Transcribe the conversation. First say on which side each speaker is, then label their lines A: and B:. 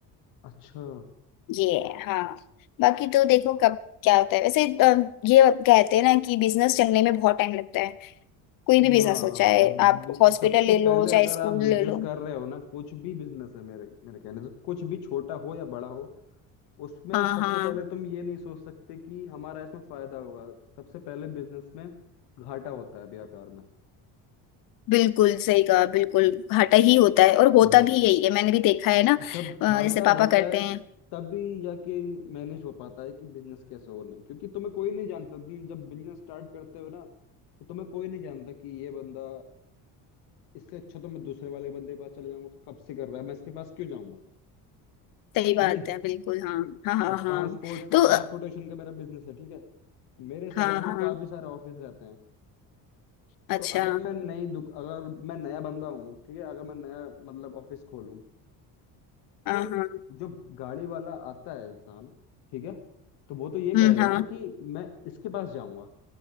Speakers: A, on the left; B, on the left.
A: अच्छा
B: ये है, हाँ बाकी तो देखो कब क्या होता है वैसे अ, ये कहते हैं ना कि बिजनेस चलने में बहुत टाइम लगता है कोई भी बिजनेस
A: हाँ
B: हो चाहे
A: बि-
B: आप हॉस्पिटल
A: सबसे
B: ले
A: पहले
B: लो चाहे
A: अगर
B: स्कूल
A: आप बिजनेस
B: ले लो
A: कर रहे हो ना कुछ भी बिजनेस है मेरे मेरे कहने से कुछ भी छोटा हो या बड़ा हो उसमें
B: हाँ
A: सबसे
B: हाँ
A: पहले तुम ये नहीं सोच सकते कि हमारा इसमें फायदा होगा सबसे पहले बिजनेस में घाटा होता है व्यापार में
B: बिल्कुल सही कहा बिल्कुल घाटा ही होता है और होता
A: हम्म
B: भी यही है मैंने भी देखा है ना
A: जब घाटा
B: अ, जैसे पापा
A: होता
B: करते
A: है
B: हैं
A: तभी जाके मैनेज हो पाता है कि बिजनेस कैसे होना है क्योंकि तुम्हें कोई नहीं जानता तुम जब बिजनेस स्टार्ट करते हो ना तो तुम्हें कोई नहीं जानता कि ये बंदा इससे अच्छा तो मैं दूसरे वाले बंदे के पास चले जाऊंगा कब से कर रहा है मैं इसके पास क्यों जाऊंगा
B: सही बात
A: है नहीं
B: है बिल्कुल हाँ हाँ हाँ
A: अब
B: हाँ
A: ट्रांसपोर्ट
B: तो
A: ट्रांसपोर्टेशन
B: अ,
A: का मेरा बिजनेस है ठीक है मेरे साइड
B: हाँ
A: में
B: हाँ
A: काफी सारे ऑफिस रहते हैं
B: अच्छा
A: तो अगर मैं नई दुक अगर मैं नया बंदा हूँ ठीक है अगर मैं नया मतलब ऑफिस खोलूँ
B: हाँ
A: तो
B: हाँ
A: जो गाड़ी वाला आता है इंसान ठीक है तो वो तो ये कहेगा
B: हम्म हाँ
A: ना कि मैं इसके पास जाऊंगा